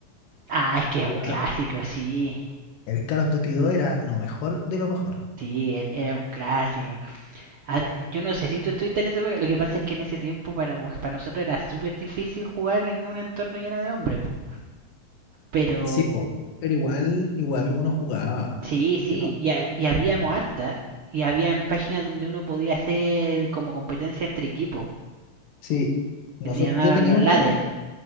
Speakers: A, on the right (about 85°); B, on the left (about 75°).
A: Ah, es que
B: que
A: es
B: jugaba
A: un clásico, sí.
B: El Call of Duty dos era lo mejor de lo mejor.
A: Sí, er- era un clásico. Ah, Yo no sé si tú estuviste en esa época. Lo que pasa es que en ese tiempo para, muj- para nosotros era súper difícil jugar en un entorno lleno de hombres, po. Pero
B: Sí, po, pero igual, igual uno jugaba.
A: sí, sí.
B: Que no.
A: Y, ha- y habíamos harta. Y habían páginas donde uno podía hacer como competencia entre equipos.
B: Sí, noso-
A: Que se llamaban
B: yo tenía
A: los
B: un
A: ladder.
B: equipo.